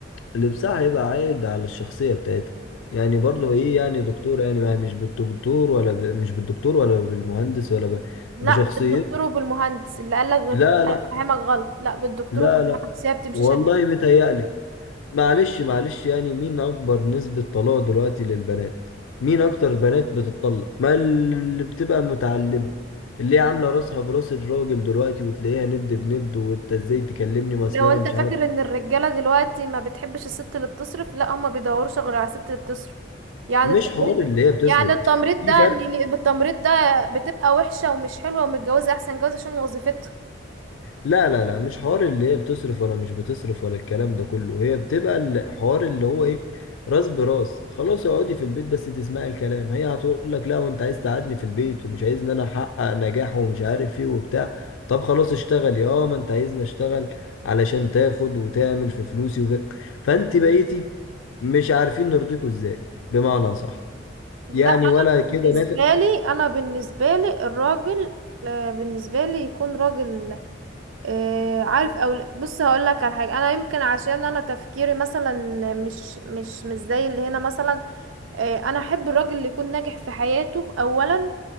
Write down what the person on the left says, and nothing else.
لبسها هيبقى عايد على الشخصية بتاعتها يعني برضه ايه يعني دكتور يعني ما مش بالدكتور ولا ب... مش بالدكتور ولا بالمهندس ولا ب...
بشخصيته
لا
لا
لا
لا
والله
متهيألك معلش معلش يعني مين أكبر نسبة طلاق دلوقتي للبنات مين أكتر بنات بتطلق ما اللي بتبقى متعلمة اللي هي عاملة راسها براس الراجل دلوقتي وتلاقيها ند بند وانت ازاي تكلمني ما اصل
انا
مش
عارف
مش
حوار اللي هي بتصرف
في
فرق
لا لا لا مش حوار اللي هي بتصرف ولا مش بتصرف ولا الكلام ده كله هي بتبقى الحوار اللي هو ايه راس براس خلاص اقعدي في البيت بس تسمعي الكلام هي هتقول لك لا وانت عايز تقعدني في البيت ومش عايزني انا احقق نجاح ومش عارف ايه وبتاع طب خلاص اشتغلي اه ما انت عايزني اشتغل علشان تاخد وتعمل في فلوسي وف... فانت بقيتي مش عارفين نرضيكوا ازاي بمعنى صح
يعني ولا كده
نافع